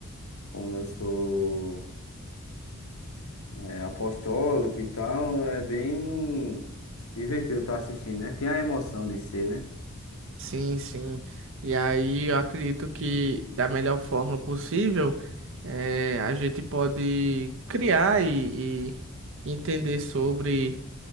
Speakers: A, on the left (about 75°); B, on the right (about 60°).
A: como eu sou é, apostólico e tal, é bem divertido estar assistindo, né? Tem a emoção de ser, né?
B: Sim, sim. E aí eu acredito que da melhor forma possível eh, a gente pode criar e, e entender sobre